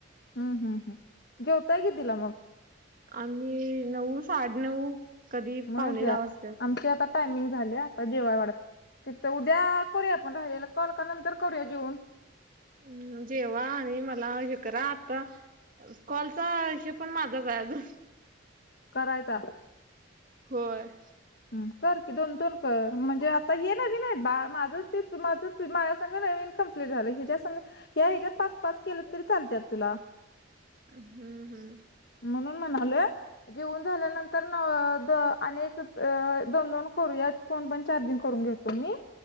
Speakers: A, on the left; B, on the right.
A: हं हं हं. झोपतोय कितीला मग?
B: आम्ही नऊ-साडे नऊ कधी
A: मग
B: पाउणे
A: ह्या
B: दहा वाजतात.
A: आमची आता टायमिंग झाली आता जेवाय वाढते. तीत उद्या करूया आपण राहिलेला कॉल, का नंतर करूया जेऊन?
B: अं, जेवा आणि मला हे करा आता. कॉलचा हिशोब पण माझाच आहे आजुन.
A: करायचा.
B: होय.
A: हं, कर की. दोन दोन कर, म्हणजे आ ता हे नवीन आहेत बा. माझं ते माझं माझ्या संग नवीन कंप्लीट झालं. हिच्या संग या ह्याच्यात पाच पाच केलं तरी चालत्यात तुला.
B: अ हं हं.
A: म्हणून म्हणालोय, जेऊन झाल्यानंत तर न द आणि एक दोन दोन करूयात. फोन पण चार्जिंग करून घेतो मी.